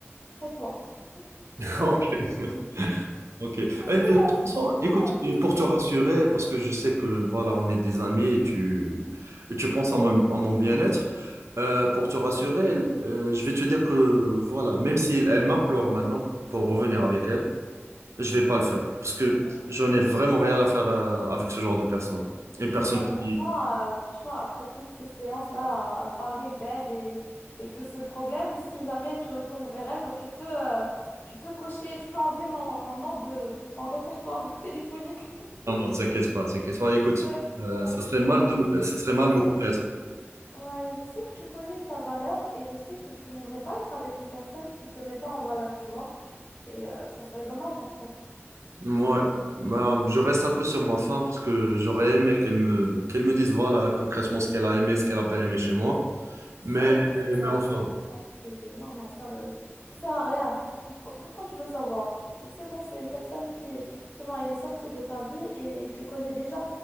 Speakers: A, on the left; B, on the right.
A: très toi. <laughs>
B: <laughs>
A: Tu vois ce que je veux dire?
B: Ok. Euh,
A: Parce que,
B: de
A: euh,
B: toute
A: parce
B: façon,
A: que sinon,
B: écoute, euh, pour te
A: euh,
B: rassurer,
A: ouais.
B: parce que je sais que voilà, on est des amis et tu, et tu penses à mon, à mon bien-être, euh, pour te rassurer, euh, je vais te dire que voilà, même si elle m'implore maintenant pour revenir avec elle, je vais pas le faire parce que j'en ai vraiment rien à faire euh, avec ce genre de personne. Une personne
A: Bah, franchement,
B: qui,
A: euh, franchement, après toutes ces séances-là, à, à parler d'elle et, et de ce problème, si jamais tu retournes vers elle, bah, tu peux, euh, tu peux cocher, tu peux enlever mon, mon nom de, de ton répertoire de <laughs> téléphonique.
B: non, non, t'inquiète pas, t'inquiète pas. Écoute,
A: Ouais, parce
B: euh,
A: que, euh,
B: ça
A: franchement,
B: serait mal
A: écoute,
B: de, me-
A: euh,
B: ça serait
A: je
B: mal
A: sais,
B: de me couper.
A: ouais, je sais que tu connais ta valeur et je sais que tu n'aimerais pas être avec une personne qui te met pas en valeur, tu vois. Et euh, ça serait dommage en fait.
B: Moi, bah, je reste un peu sur ma faim parce que j'aurais aimé qu'elle me, qu'elle me dise voilà concrètement ce qu'elle a aimé, ce qu'elle n'a pas aimé chez moi. Mais,
A: Ah, écoute,
B: mais
A: c'est euh,
B: enfin,
A: n'importe quoi ce que tu dis. Non, non, ça veut, ça sert à rien. Pour- Pourquoi tu veux savoir? C'est bon, c'est une personne qui, c'est bon, elle est sortie de ta vie et tu connais déjà